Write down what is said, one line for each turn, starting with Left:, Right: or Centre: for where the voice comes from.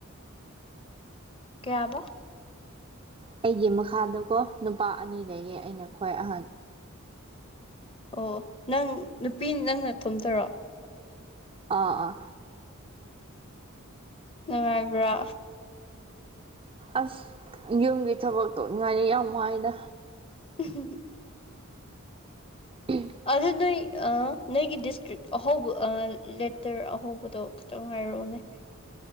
Left: ꯀꯌꯥꯕ꯫
Right: ꯑꯩꯒꯤ ꯃꯈꯥꯗ ꯀꯣ ꯅꯨꯄꯥ ꯑꯅꯤ ꯂꯩꯌꯦ ꯑꯩꯅ ꯈ꯭ꯋꯥꯏ ꯑꯥꯍꯟ꫰꫰
Left: ꯑꯣ ꯅꯪ ꯅꯨꯄꯤ ꯅꯪ ꯅꯥꯇꯣꯝꯇꯥꯔꯣ꯫
Right: ꯑꯥ ꯑꯥ꯫
Left: ꯅꯨꯡꯉꯥꯏꯕ꯭ꯔꯥ꯫
Right: ꯑꯁ ꯌꯨꯝꯒꯤ ꯊꯕꯛ ꯇꯣꯛꯅꯤꯡꯉꯥꯏꯅꯤ ꯌꯥꯝ ꯋꯥꯥꯏꯌꯦꯗ꯫
Left: ꯎꯍꯨ
Right: ꯎꯝ
Left: ꯑꯗꯨ ꯅꯣꯏ ꯅꯣꯏꯒꯤ ꯗꯤꯁꯇ꯭ꯔꯤꯛ ꯑꯍꯧꯕ ꯂꯦꯇꯔ ꯑꯍꯧꯕꯗꯣ ꯈꯤꯇꯪ ꯍꯥꯏꯔꯛꯑꯣꯅꯦ